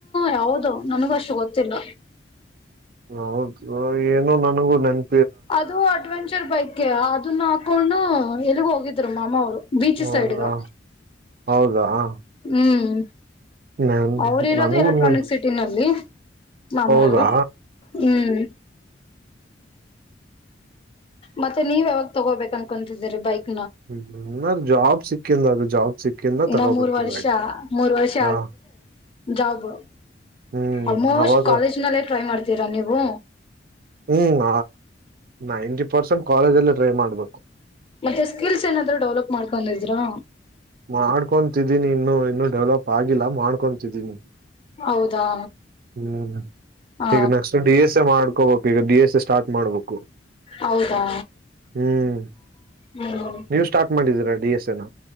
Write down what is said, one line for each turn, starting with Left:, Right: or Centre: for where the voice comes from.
Left: ಯಾವದು ನನ್ಗೂ ಅಷ್ಟು ಗೊತ್ತಿಲ್ಲ
Right: ಹೌದು ಏನು ನನಗೂ ನನ್
Left: ಅದು ಅಡ್ವೆಂಚರ್ ಬೈಕ್ ಅದನ್ನ ಹಾಕೊಂಡು ಎಲ್ಲಿಗ್ ಹೋಗಿದ್ರು ಮಾಮವರು ಬೀಚ್
Right: ಹೌದಾ
Left: ಸೈಡುಗಾ
Right: ಹೌದಾ
Left: ಹ್ಮ್
Right: ನನ್
Left: ಅವರು ಇರೋದು
Right: ನನಗೂ
Left: ಎಲೆಕ್ಟ್ರಾನಿಕ್
Right: ನನ್
Left: ಸಿಟಿನಲ್ಲಿ ಮಾಮ
Right: ಹೌದಾ
Left: ಅವರು ಹ್ಮ್ ಮತ್ತೆ ನೀವ್ ಯಾವಾಗ ತಗೋಬೇಕು ಅನ್ಕೊಂತಿದ್ದೀರಿ ಬೈಕ್
Right: ಹ್ಮ್ಜಾಬ್ ಸಿಕ್ಕಿಂದ ಅದು ಜಾಬ್ ಸಿಕ್ಕಿಂದ
Left: ಇನ್ನೊ
Right: ತಗೋಬೇಕು
Left: ಮೂರ್ ವರ್ಷ
Right: ಗಾಡಿ
Left: ಮೂರ್ ವರ್ಷ
Right: ಹ
Left: ಜಾಬ್
Right: ಹ್ಮ್
Left: ಆಲ್ಮೋಸ್ಟ್
Right: ಅವಾಗ
Left: ಕಾಲೇಜ್ ನಲ್ಲ ಟ್ರೈ ಮಾಡ್ ರಾ ನೀವು
Right: ಹ್ಮ್ ನೈಂಟಿ ಪರ್ಸೆಂಟ್ ಕಾಲೇಜಲ್ಲೇ ಟ್ರೈ ಮಾಡ್ಬೇಕು
Left: ಮತ್ತೆ ಸ್ಕಿಲ್ಸ್ ಏನಾದ್ ಡೆವಲಪ್ ಮಾಡ್ಕೊಂಡಿದ್ರಾ
Right: ಮಾಡ್ಕೊತಿದ್ದೀನಿ ಇನ್ನು ಇನ್ನು ಡೆವಲಪ್ ಆಗಿಲ್ಲ ಮಾಡ್ಕೊತಿದ್ದೀನಿ
Left: ಹೌದಾ
Right: ಹ್ಮ್
Left: ಹ
Right: ಈಗ ನೆಕ್ಸ್ಟ್ ಡಿ ಎಸ್ ಎ ಮಾಡ್ಕೋಬೇಕು ಈಗ ಡಿ ಎಸ್ ಎ ಸ್ಟಾರ್ಟ್ ಮಾಡ್ಬೇಕು
Left: ಹೌದಾ
Right: ಹ್ಮ್
Left: ಹ್ಮ್
Right: ನೀವು ಸ್ಟಾರ್ಟ್ ಮಾಡಿದ್ದೀರಾ ಡಿ ಎಸ್ ಎ ನ